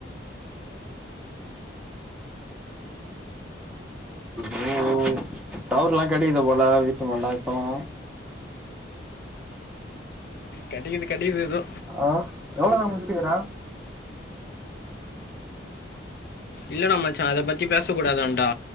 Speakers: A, in the centre; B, on the left.
A: லோ டவர்ல்லா கெடைக்கிது போல வீட்டுமேல இப்பல்லா
B: கெடைக்கிது கெடைக்கிது ஏதோ
A: ஆ எவ்ளதா முடிச்சிக்கிற
B: இல்லடா மச்சா அத பத்தி பேசக் கூடாதான்டா